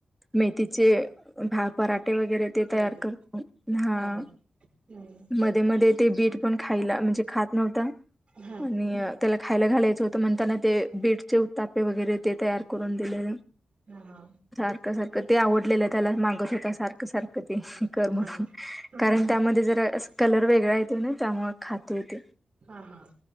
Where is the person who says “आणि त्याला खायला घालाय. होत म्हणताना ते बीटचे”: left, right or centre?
Centre